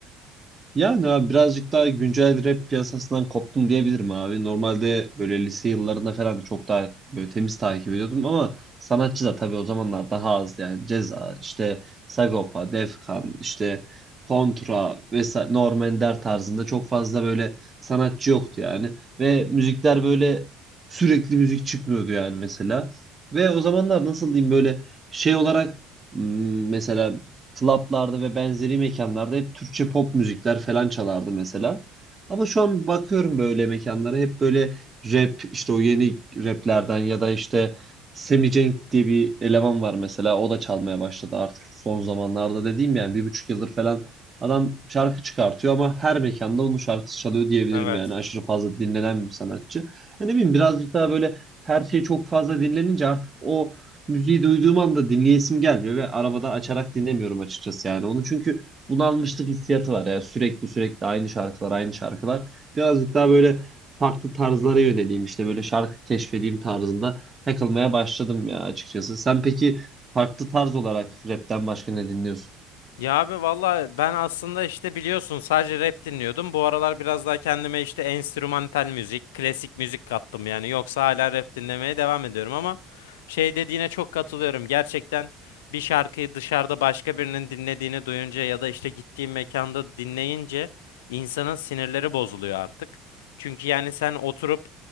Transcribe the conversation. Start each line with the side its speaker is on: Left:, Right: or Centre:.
Right: Yani abi birazcık daha güncel rap piyasasından koptum diyebilirim abi. Normalde böyle lise yıllarında falan çok daha böyle temiz takip ediyordum ama sanatçı da tabii o zamanlar daha az yani Ceza, işte Sagopa, Defkan, işte Kontra vesaire Norm Ender tarzında çok fazla böyle sanatçı yoktu yani. Ve müzikler böyle sürekli müzik çıkmıyordu yani mesela. Ve o zamanlar nasıl diyeyim böyle şey olarak hmm, mesela klaplarda ve benzeri mekanlarda hep Türkçe pop müzikler falan çalardı mesela. Ama şu an bakıyorum böyle mekanlara hep böyle rap işte o yeni raplerden ya da işte Semi Cenk diye bir eleman var mesela o da çalmaya başladı artık son zamanlarda dediğim yani bir buçuk yıldır falan adam şarkı çıkartıyor ama her mekanda onun şarkısı çalıyor diyebilirim
Left: Evet.
Right: yani aşırı fazla dinlenen bir sanatçı. E ne bileyim birazcık daha böyle her şey çok fazla dinlenince artık o müziği duyduğum anda dinleyesim gelmiyor ve arabada açarak dinlemiyorum açıkçası yani onu çünkü bunalmışlık hissiyatı var ya sürekli sürekli aynı şarkılar aynı şarkılar birazcık daha böyle farklı tarzlara yöneleyim işte böyle şarkı keşfedeyim tarzında takılmaya başladım ya açıkçası. Sen peki farklı tarz olarak rapten başka ne dinliyorsun?
Left: Ya abi valla ben aslında işte biliyorsun sadece rap dinliyordum. Bu aralar biraz daha kendime işte enstrümantal müzik, klasik müzik kattım yani. Yoksa hala rap dinlemeye devam ediyorum ama şey dediğine çok katılıyorum. Gerçekten bir şarkıyı dışarıda başka birinin dinlediğini duyunca ya da işte gittiğim mekanda dinleyince insanın sinirleri bozuluyor artık. Çünkü yani sen oturup